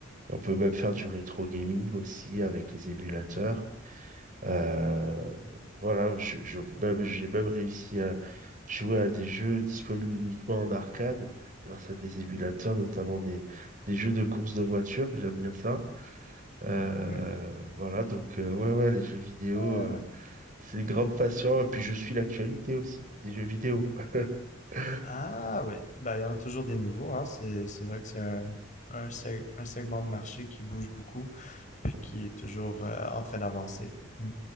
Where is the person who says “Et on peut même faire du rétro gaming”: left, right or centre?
Right